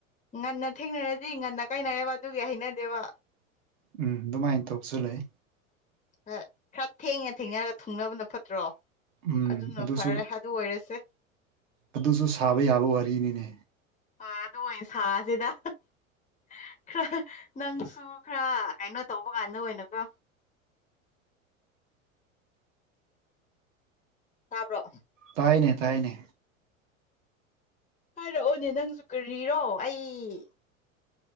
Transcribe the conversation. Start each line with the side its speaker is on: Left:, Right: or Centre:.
Left: ꯉꯥꯟꯅ ꯊꯦꯡꯅꯔꯗꯤ ꯉꯥꯟꯅ ꯀꯥꯏꯅꯩꯑꯦꯕ ꯑꯗꯨꯒꯤ ꯍꯥꯩꯅꯥꯗꯦꯕꯥ
Right: ꯎꯝ ꯗꯨꯃꯥꯏꯅ ꯇꯧꯁꯨ ꯂꯩ
Left: ꯍꯣꯏ ꯈꯔ ꯊꯦꯡꯉꯥ ꯊꯦꯡꯅꯔꯒꯥ ꯊꯨꯡꯅꯕꯥꯅ ꯐꯠꯇ꯭ꯔꯣ
Right: ꯎꯝ
Left: ꯑꯗꯨꯅ
Right: ꯑꯗꯨꯁꯨ
Left: ꯐꯔꯦ ꯑꯗꯨ ꯑꯣꯏꯔꯁꯦ
Right: ꯑꯗꯨꯁꯨ ꯁꯥꯕ ꯌꯥꯕ ꯋꯥꯔꯤꯅꯤꯅꯦ
Left: ꯍꯣꯏ ꯑꯗꯨꯑꯣꯏꯅ ꯁꯥꯁꯤꯗ <unintelligible> ꯈꯥ ꯅꯪꯁꯨ ꯈꯔꯥ ꯀꯩꯅꯣ ꯇꯧꯕꯀꯥꯟꯗ ꯑꯣꯏꯅꯥꯀꯣ ꯇꯥꯕ꯭ꯔꯣ
Right: ꯇꯥꯏꯅꯦ ꯇꯥꯏꯅꯦ
Left: ꯍꯥꯏꯔꯛꯑꯣꯅꯦ ꯅꯪꯁꯨ ꯀꯔꯤꯔꯣ ꯑꯩ